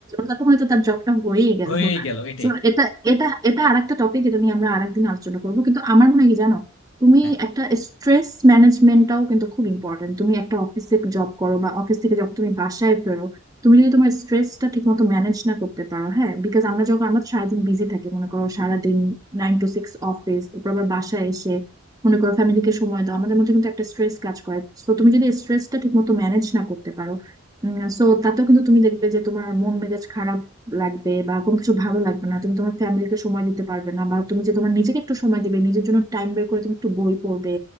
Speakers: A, on the right; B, on the left.
A: ততক্ষণে তো তার জবটা হয়েই গেল
B: হয়ে গেল এটাই
A: তো এটা এটা এটা আরেকটা টপিক এটা নিয়ে আমরা আরেকদিন আলোচনা করবো কিন্তু আমার মনে হয় কি জানো তুমি
B: হ্যাঁ
A: একটা স্ট্রেস ম্যানেজমেন্টটাও কিন্তু খুব ইম্পর্টেন্ট তুমি একটা অফিসে জব করো বা অফিস থেকে যখন তুমি বাসায় ফেরো তুমি যদি তোমার স্ট্রেসটা ঠিক মতো ম্যানেজ না করতে পারো হ্যাঁ বিকজ আমরা যখন আমরা তো সারাদিন বিজি থাকি মনে করো সারাদিন নাইন টু সিক্স অফিস তারপর আবার বাসায় এসে মনে করো ফ্যামিলিকে সময় দাও আমাদের মধ্যে কিন্তু একটা স্ট্রেস কাজ করে তো তুমি যদি স্ট্রেসটা ঠিক মতো ম্যানেজ না করতে পারো সো তাতেও কিন্তু তুমি দেখবে যে তোমার মন মেজাজ খারাপ লাগবে বা কোনো কিছু ভালো লাগবে না তুমি তোমার ফ্যামিলিকে সময় দিতে পারবে না বা তুমি যে তোমার নিজেকে একটু সময় দিবে নিজের জন্য টাইম বের করে তুমি একটু বই পড়বে